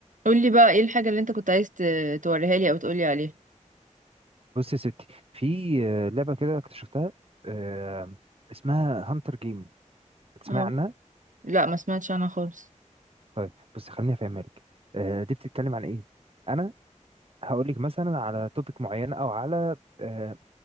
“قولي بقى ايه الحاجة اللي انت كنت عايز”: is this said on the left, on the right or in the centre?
Right